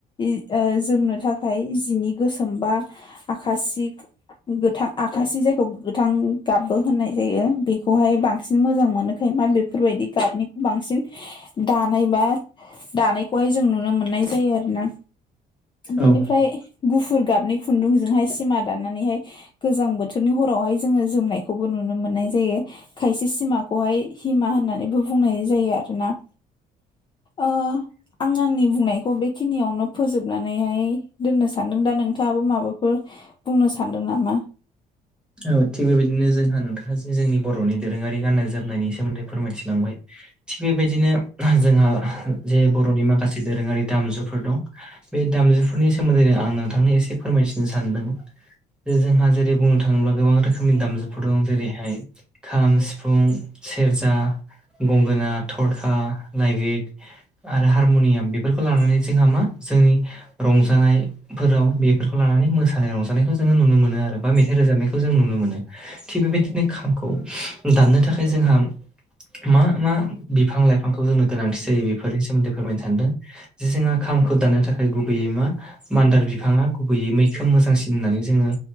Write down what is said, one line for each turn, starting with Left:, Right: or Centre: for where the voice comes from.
Left: ओ जोमनो थाखाय जिनि गोसोम बा आखासिक गोथां आखासे जाय थौ गोथां गाबबो होननाय जायो बेखौहाय बांसिन मोजां मोनोखाय मा बेफोरबायदि गाबनि बांसिन दानाय बा दानायखौहाय जों नुनो मोननाय जायो आरोना। बिनिफ्राय
Centre: औ
Left: गुफुर गाबनि खुन्दुंजोंहाय सिमा दानानैहाय गोजां बोथोर रनि हरावहाय जोङो जोमनायखौबो नुनो मोननाय जायो। खायसे सिमाखौहाय हिमा होननानैबो बुंनाय जायो आरोना। ओ आं आंनि बुंनायखौ बेखिनियावनो फोजोबनानैहाय दोननो सान्दों दा नोंथाङाबो माबाफोर बुंनो सानदों नामा?
Centre: औ थिग बेबायदिनो जोंहा नोंथाङा जे जोंनि बर'नि दोरोङारि गाननाय जोमनायनि सोमोन्दै फोरमायथिलांबाय। थिग बेबायदिनो जोंहा जे बर'नि माखासे दोरोङारि दामजुफोर दं। बे दामजुफोरनि सोमोन्दै आं नोंथांनो एसे फोरमायथिनो सानदों जे जोंहा जेरै बुंनो था थाङोब्ला गोबां रोखोमनि दामजुफोर दं जेरैहाय खाम, सिफुं, सेरजा, गंगोना, थरखा, नायग्रिद आरो हारमुनियाम बेफोरखौ लानानै जोंहा मा जोंनि रंजानायफोराव बेफोरखौ लानानै मोसानाय रंजानायखौ जोङो नुनो मोनो आरो बा मिथ रोजाबनायखौ जों नुनो मोनो थि बेबायदिनो खामखौ दाननो थाखाय जोंहाम मा मा बिफां लाइफांखौ जोंनो गोनांथि जायो बेफोरनि सोमोन्दै फोरमायनो सानदो। जे जोंहा खामखौ दाननो थाखाय गुबैयै मा मान्दार बिफाङा गुबैयै मैखोम मोजांसिन होननानै जोङो